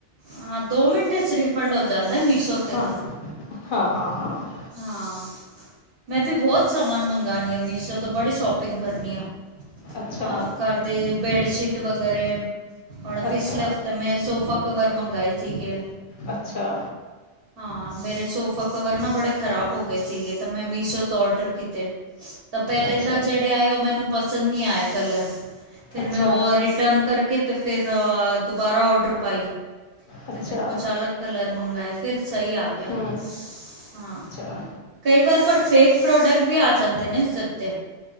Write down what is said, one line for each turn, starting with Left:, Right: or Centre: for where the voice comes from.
Right: ਹਾਂ ਦੋ ਮਿੰਟਾਂ ਚ ਰੀਫੰਡ ਹੋ ਜਾਂਦਾ ਮੀਸ਼ੋ 'ਤੇ
Left: ਹਾਂ,
Right: ਤਾਂ
Left: ਹਾਂ, ਹਾਂ, ਹਾਂ।
Right: ਹਾਂ, ਮੈਂ ਤੇ ਬਹੁਤ ਸਮਾਨ ਮੰਗਾਣੀ ਆ ਮੀਸ਼ੋ ਤੋਂ ਬੜੀ ਸ਼ੋਪਿੰਗ ਕਰਨੀ ਆ।
Left: ਅੱਛਾ
Right: ਹਾਂ, ਘਰ ਦੇ ਬੈਡਸ਼ੀਟ ਵਗੈਰੇ ਹੁਣ
Left: ਅੱਛਾ
Right: ਪਿਛਲੇ ਹਫ਼ਤੇ ਮੈਂ ਸੋਫਾ ਕਵਰ ਮੰਗਾਏ ਸੀਗੇ।
Left: ਅੱਛਾ।
Right: ਹਾਂ ਮੇਰੇ ਸੋਫਾ ਕਵਰ ਨਾ ਬੜੇ ਖ਼ਰਾਬ ਹੋ ਗਏ ਸੀਗੇ ਤਾਂ ਮੈਂ ਮੀਸ਼ੋ ਤੋਂ ਔਡਰ ਕੀਤੇ। <inaudible> ਤਾਂ ਪਹਿਲੇ
Left: ਅੱਛਾ
Right: ਤਾਂ ਜਿਹੜੇ ਆਏ ਉਹ ਮੈਨੂੰ ਪਸੰਦ ਨਹੀਂ ਆਏ ਕਲਰ, ਫਿਰ
Left: ਅੱਛਾ
Right: ਮੈਂ ਉਹ ਰਿਟਰਨ ਕਰਕੇ ਤੇ ਫਿਰ ਦੁਬਾਰਾ ਔਡਰ ਪਾਈ,
Left: ਅੱਛਾ
Right: ਤੇ ਫਿਰ ਕੁਛ ਅਲੱਗ ਕਲਰ ਮੰਗਾਏ। ਫਿਰ ਸਹੀ ਆ ਗਿਆ,
Left: ਹੂੰ
Right: ਹਾਂ।
Left: ਅੱਛਾ
Right: ਕਈ ਵਾਰ ਪਰ ਫੇਕ ਪ੍ਰੋਡਕਟ ਵੀ ਆ ਜਾਂਦੇ ਨੇ ਉਸਦੇ ਉੱਤੇ।